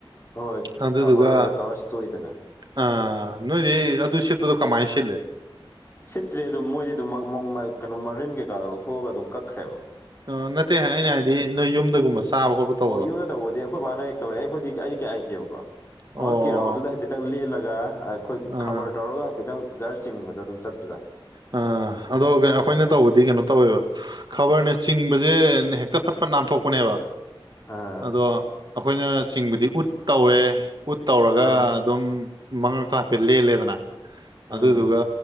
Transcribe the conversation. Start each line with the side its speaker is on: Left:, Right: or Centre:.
Left: ꯍꯣꯏ
Right: ꯑꯗꯨꯗꯨꯒ
Left: ꯈꯕꯔꯒ ꯇꯧꯔ ꯁꯤꯠꯇꯣꯛꯏꯗꯅ
Right: ꯑ ꯅꯣꯏꯗꯤ ꯑꯗꯨ ꯁꯤꯠꯄꯗꯨ ꯀꯃꯥꯏ ꯁꯤꯠꯂꯤ꯫
Left: ꯁꯤꯠꯇ꯭ꯔꯦ ꯑꯗꯨ ꯃꯣꯏꯗꯤ ꯑꯗꯨꯝ ꯃ ꯃ ꯃ ꯀꯩꯅꯣ ꯃꯔꯤꯟ ꯀꯩꯀꯥꯗꯣ ꯂꯧꯊꯣꯛꯑꯒ ꯑꯗꯨꯝ ꯀꯛꯈ꯭ꯔꯦꯕ꯫
Right: ꯑꯣ ꯅꯠꯇꯦ ꯑꯩꯅ ꯍꯥꯏꯗꯤ ꯅꯣꯏ ꯌꯨꯝꯗꯒꯨꯝꯕ ꯆꯥꯕ ꯈꯣꯠꯄ ꯇꯧꯕꯗꯣ
Left: ꯑꯣ ꯌꯨꯝꯗ ꯇꯧꯕꯗꯤ ꯑꯩꯈꯣꯏ ꯕꯥꯅ ꯍꯦꯛ ꯇꯧꯋꯦ ꯑꯩꯈꯣꯏꯗꯤ ꯑꯩꯗꯤ ꯀꯌꯥ ꯍꯩꯇꯦꯕꯀꯣ
Right: ꯑꯣ
Left: ꯃꯉꯛꯀꯤ ꯔꯥꯎꯟꯗꯨꯗ ꯈꯤꯇꯪ ꯂꯦꯜꯂꯒ ꯑꯩꯈꯣꯏ
Right: ꯑꯥ ꯑꯥ
Left: ꯈꯕꯔ ꯇꯧꯔꯒ ꯍꯥꯏ ꯈꯤꯠꯇꯪ ꯖꯥꯔ ꯆꯤꯡꯕꯗ ꯑꯗꯨꯝ ꯆꯠꯄꯗ
Right: ꯑ ꯑꯗꯣ ꯑꯩꯈꯣꯏꯅ ꯇꯧꯕꯗꯤ ꯀꯩꯅꯣ ꯇꯧꯋꯦꯕ ꯈꯕꯔꯅ ꯆꯤꯡꯕꯖꯦ ꯍꯦꯛꯇ ꯐꯠ ꯐꯠ ꯅꯥꯟꯊꯣꯛꯄꯅꯦꯕ꯫
Left: ꯑꯥ
Right: ꯑꯗꯣ ꯑꯩꯈꯣꯏꯅ ꯆꯤꯡꯕꯗꯤ ꯎꯠ ꯇꯧꯋꯦ ꯎꯠ ꯇꯧꯔꯒ
Left: ꯑꯥ
Right: ꯑꯗꯨꯝ ꯃꯉꯛꯇ ꯍꯥꯏꯐꯦꯠ ꯂꯦꯜꯂꯦꯗꯅ
Left: ꯎꯝ
Right: ꯑꯗꯨꯗꯨꯒ